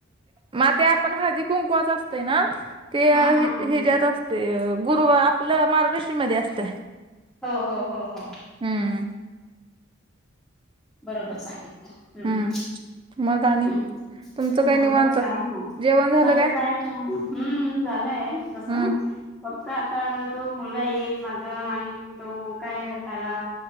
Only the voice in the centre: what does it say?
हा हा ह
ह
हो हो हो हो
बरोबर सांगितलं हम्.
ह
हा
बस काय नाय
बाकी काय हम्म झालंय तसं
फक्त आता तो मुलगा येईल माझ आणि तो काय त्याला